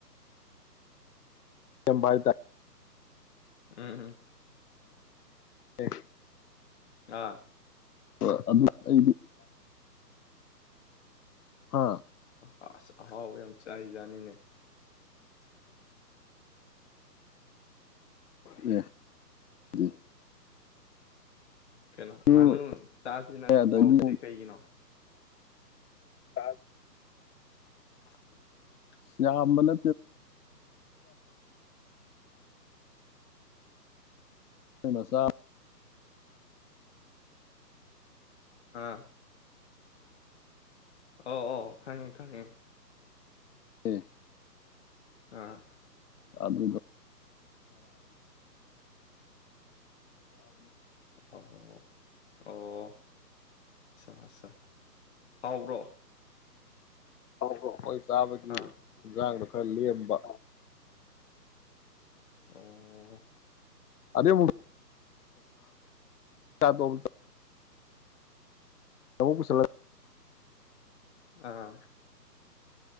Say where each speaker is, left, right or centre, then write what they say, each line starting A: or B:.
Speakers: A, on the left; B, on the left.
A: ꯆꯚꯥꯏ ꯇꯥꯏ
B: ꯎꯝꯝ
A: ꯑꯦ
B: ꯑꯥ
A: ꯑ ꯑꯗꯨ ꯑꯩꯗꯤ ꯑꯥ
B: ꯑ ꯑꯁ ꯑꯍꯥꯎꯕ ꯌꯥꯝ ꯆꯥꯏꯖꯥꯅꯤꯅꯦ
A: ꯎ ꯎꯝ
B: ꯀꯩꯅꯣ ꯉꯥꯅꯨ
A: ꯑꯦ
B: ꯆꯥꯁꯤꯅꯁꯨ
A: ꯑꯗꯒꯤ
B: ꯀꯧꯔꯛꯇꯦ ꯀꯩꯒꯤꯅꯣ
A: ꯆ
B: <inaudible>
A: ꯁꯝꯕꯅ ꯕꯁ
B: ꯑꯥ ꯑ ꯑꯣ ꯈꯪꯉꯦ ꯈꯪꯉꯦ
A: ꯍ
B: ꯑꯥ
A: ꯑꯗꯨꯕ
B: ꯑꯣ ꯑꯣ ꯑꯆꯥ ꯑꯆꯥ ꯍꯥꯎꯕ꯭ꯔꯣ
A: ꯑ ꯍ ꯍ ꯆꯥꯕꯒꯤ
B: ꯑꯥ
A: ꯏꯟꯖꯥꯡꯗꯣ ꯈꯔ ꯂꯦꯝꯕ
B: ꯑꯣ
A: ꯑꯗ ꯀꯌꯥ ꯇꯣꯜꯗ ꯇꯧꯕꯕꯨ ꯆꯂ
B: ꯑꯥ